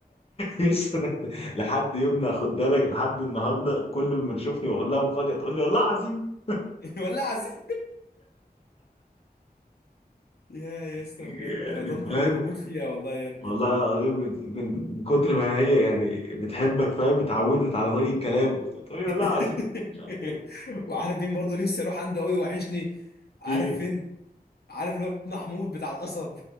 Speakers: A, on the left (about 35°); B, on the left (about 75°).
A: يا اسطى لحد يومنا خد بالك لحد النهارده كل ما تشوفني واقول لها مفاجاه تقول لي والله عظيم
B: <laughs> والله عظيم يا يا اسطى
A: يعني
B: بجد انا طنط
A: فاهم
B: دي انا بموت فيها والله يا ابني
A: والله العظيم بت- من من كتر ما هي يعني بتحبك فاهم اتعودت على طريقه كلامك وبتقول لي والله
B: <laughs>
A: عظيم مش عارف ايه
B: وعارف مين برضه نفسي اروح عنده قوي وحشني عارف
A: إيه؟
B: فين عارف الواد محمود بتاع القصب